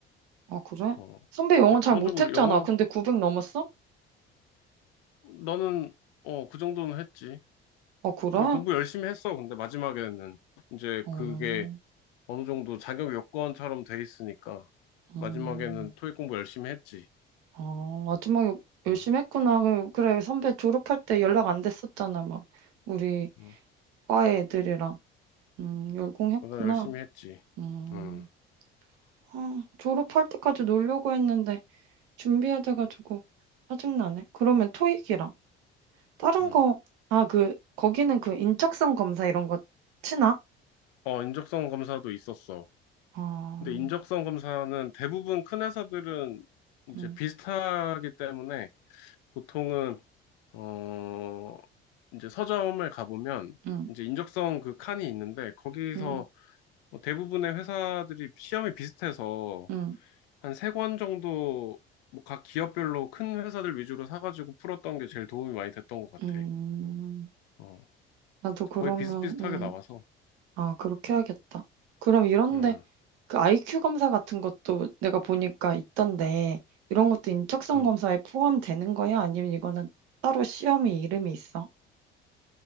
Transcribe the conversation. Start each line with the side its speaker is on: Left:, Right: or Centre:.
Right: 아, 그래?
Left: 어.
Right: 선배 영어
Left: 근데
Right: 잘
Left: 기본적으로
Right: 못했잖아.
Left: 영어
Right: 근데 900 넘었어?
Left: 나는 어, 그 정도는 했지.
Right: 아, 그래?
Left: 근데 공부 열심히 했어. 근데 마지막에는 이제
Right: 어,
Left: 그게 어느 정도 자격 요건처럼 돼 있으니까 마지막에는
Right: 음,
Left: 토익 공부 열심히 했지.
Right: 아, 마지막에 열심히
Left: 응,
Right: 했구나. 그- 그래, 선배 졸업할 때 연락 안 됐었잖아. 막, 우리
Left: 응.
Right: 과 애들이랑. 음, 열공했구나.
Left: 나 열심히 했지.
Right: 음.
Left: 응,
Right: 아, 졸업할 때까지 놀려고 했는데 준비해돼가지고 짜증나네. 그러면 토익이랑 다른
Left: 응.
Right: 거, 아, 그, 거기는 그 인적성 검사 이런 거 치나?
Left: 어, 인적성 검사도 있었어.
Right: 아,
Left: 근데 인적성 검사는 대부분 큰 회사들은 이제
Right: 응
Left: 비슷하기 때문에 보통은 어 이제 서점을 가보면
Right: 응
Left: 이제 인적성 그 칸이 있는데 거기서
Right: 응
Left: 뭐 대부분의 회사들이 시험이 비슷해서
Right: 응
Left: 한 세 권 정도 뭐 각 기업별로 큰 회사들 위주로 사가지고 풀었던 게 제일 도움이 많이 됐던 것 같아.
Right: 응
Left: 어
Right: 나도 그러면,
Left: 거의 비슷비슷하게
Right: 응
Left: 나와서
Right: 아, 그렇게 해야겠다. 그럼 이런데
Left: 음
Right: 그 IQ 검사 같은 것도 내가 보니까 있던데 이런 것도 인적성
Left: 음.
Right: 검사에 포함되는 거야? 아니면 이거는 따로 시험이 이름이 있어?